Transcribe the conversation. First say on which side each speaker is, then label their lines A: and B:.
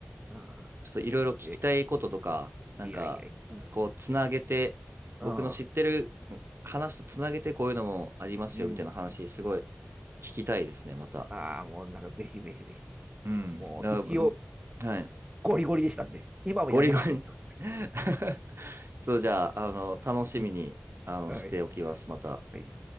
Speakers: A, on the right (about 25°); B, on the right (about 70°).
A: うん。
B: ちょっといろいろ聞きたいこととか、
A: いや
B: なんか、
A: いやいや。うん。
B: こう、つなげて、
A: うん。
B: 僕の知ってる話とつなげて、こういうのもありますよ、
A: うん
B: みたいな話、すごい聞きたいですね、また。
A: ああ、もうなんかぜひぜひぜひ。
B: うん。
A: もう一応
B: だからはい。
A: ゴリゴリでしたんで。今もやめましたけど。
B: ゴリゴリ <laughs> そう、じゃあ、あの、楽しみに、
A: うん。
B: あの、
A: はい。
B: しておきます、また。
A: はい。